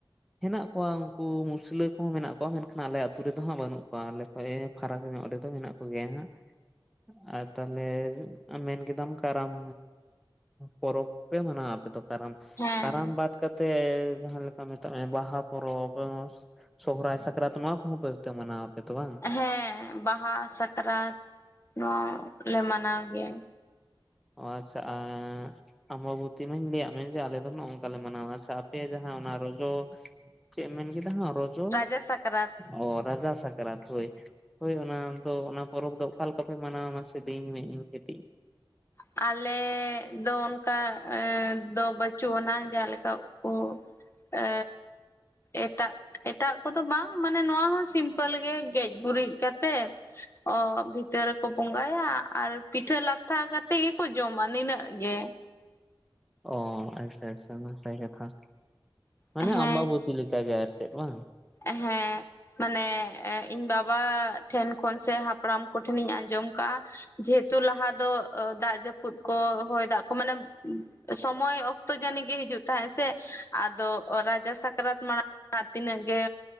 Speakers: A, in the centre; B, on the left (about 30°).
A: ᱦᱮᱱᱟᱜ ᱠᱚᱣᱟ ᱩᱱᱠᱩ ᱢᱩᱥᱞᱟᱹ ᱠᱚᱦᱚᱸ ᱢᱮᱱᱟᱜ ᱠᱚᱣᱟ ᱢᱮᱱᱠᱷᱟᱱ ᱟᱞᱮ ᱟᱛᱩ ᱨᱮᱫᱚ ᱦᱟᱸᱜ ᱵᱟᱹᱱᱩᱜ ᱠᱚᱣᱟ ᱟᱞᱮ <unintelligible> ᱯᱷᱟᱨᱟᱠ ᱧᱚᱜ ᱨᱮ ᱫᱚ ᱢᱮᱱᱟᱜ ᱠᱚᱜᱮᱭᱟ ᱦᱟᱸᱜ ᱟᱨ ᱛᱟᱞᱦᱮ ᱢᱮᱱ ᱠᱮᱫᱟᱢ ᱠᱟᱨᱟᱢ ᱯᱚᱨᱚᱵᱽ ᱯᱮ ᱢᱟᱱᱟᱣᱟ ᱟᱯᱮ ᱫᱚ ᱠᱟᱨᱟᱢ
B: ᱦᱮᱸ
A: ᱠᱟᱨᱟᱢ ᱵᱟᱫ ᱠᱟᱛᱮ ᱡᱟᱦᱟᱸ ᱞᱮᱠᱟ ᱢᱮᱛᱟᱜ ᱢᱮ ᱵᱟᱦᱟ ᱯᱚᱨᱚᱵᱽ ᱮᱸ ᱥᱚᱦᱚᱨᱟᱭ ᱥᱟᱠᱨᱟᱛ ᱱᱚᱣᱟ ᱠᱚᱦᱚᱸ ᱯᱮ ᱛᱟ ᱢᱟᱱᱟᱣ ᱟᱯᱮ ᱛᱚ ᱵᱟᱝ?
B: ᱦᱮᱸ ᱵᱟᱦᱟ ᱥᱟᱠᱨᱟᱛ ᱱᱚᱣᱟ ᱞᱮ ᱢᱟᱱᱟᱣ ᱜᱮᱭᱟ
A: ᱚ ᱟᱪᱪᱷᱟ ᱟᱻ ᱟᱢᱵᱟᱵᱚᱛᱤ ᱢᱟᱧ ᱞᱟᱹᱭᱟᱫ ᱢᱮ ᱡᱮ ᱟᱞᱮ ᱫᱚ ᱱᱚᱝᱠᱟ ᱞᱮ ᱢᱟᱱᱟᱣᱟ ᱟᱪᱪᱷᱟ ᱟ- ᱯᱮ ᱡᱟᱦᱟᱸ ᱚᱱᱟ ᱨᱚᱡᱚ ᱪᱮᱫ ᱮᱢ ᱢᱮᱱ ᱠᱮᱫᱟ ᱦᱟᱸᱜ ᱨᱚᱡᱚ
B: ᱨᱟᱡᱟ ᱥᱟᱠᱨᱟᱛ
A: ᱚ ᱨᱟᱡᱟ ᱥᱟᱠᱨᱟᱛ ᱦᱳᱭ ᱦᱳᱭ ᱚᱱᱟ ᱫᱚ ᱚᱱᱟ ᱯᱚᱨᱚᱵᱽ ᱫᱚ ᱚᱠᱟ ᱞᱮᱠᱟ ᱯᱮ ᱢᱟᱱᱟᱣᱟ ᱢᱟᱥᱮ ᱞᱟᱹᱭ ᱤᱧ ᱢᱮ ᱤᱧ ᱠᱟᱹᱴᱤᱡ
B: ᱟᱞᱮᱻ ᱫᱚ ᱚᱱᱠᱟ ᱫᱚ ᱮ ᱫᱚ ᱵᱟᱹᱪᱩᱜ ᱟᱱᱟ ᱡᱟᱦᱟᱸ ᱞᱮᱠᱟ ᱚ ᱮᱻ ᱮᱴᱟᱜ ᱮᱴᱟᱜ ᱠᱚᱫᱚ ᱵᱟᱝ ᱢᱟᱱᱮ ᱱᱚᱣᱟ ᱦᱚᱸ ᱥᱤᱢᱯᱮᱞ ᱜᱮ ᱜᱮᱡ ᱜᱩᱨᱤᱡ ᱠᱟᱛᱮᱜ ᱚ ᱵᱷᱤᱛᱟᱹᱨ ᱨᱮᱠᱚ ᱵᱚᱸᱜᱟᱭᱟ ᱟᱨ ᱯᱤᱴᱷᱟᱹ ᱞᱟᱛᱷᱟ ᱠᱟᱛᱮᱫ ᱜᱮᱠᱚ ᱡᱚᱢᱟ ᱱᱤᱱᱟᱹᱜ ᱜᱮ
A: ᱚ ᱟᱪᱪᱷᱟ ᱟᱪᱪᱷᱟ ᱱᱟᱯᱟᱭ ᱠᱟᱛᱷᱟ ᱢᱟᱱᱮ
B: ᱦᱮᱸ
A: ᱟᱢᱵᱟᱵᱚᱛᱤ ᱞᱮᱠᱟᱜᱴ ᱜᱮ ᱟᱨ ᱪᱮᱫ ᱵᱟᱝ
B: ᱦᱮᱸ ᱢᱟᱱᱮ ᱤᱧ ᱵᱟᱵᱟ ᱴᱷᱮᱱ ᱠᱷᱚᱱ ᱥᱮ ᱦᱟᱯᱲᱟᱢ ᱠᱚᱴᱷᱮᱱᱤᱧ ᱟᱸᱡᱚᱢ ᱠᱟᱜᱼᱟ ᱡᱮᱦᱮᱛᱩ ᱞᱟᱦᱟ ᱫᱚ ᱫᱟᱜ ᱡᱟᱹᱯᱩᱫ ᱠᱚ ᱦᱚᱭ ᱫᱟᱜ ᱠᱚ ᱢᱟᱱᱮ ᱥᱚᱢᱚᱭ ᱚᱠᱛᱚ ᱡᱟᱹᱱᱤ ᱜᱮ ᱦᱤᱡᱩᱜ ᱛᱟᱦᱮᱸᱜ ᱥᱮ ᱟᱫᱚ ᱨᱟᱡᱟ ᱥᱟᱠᱨᱟᱛ ᱢᱟᱲᱟᱝ ᱟᱨ ᱛᱤᱱᱟᱹᱝ ᱜᱮ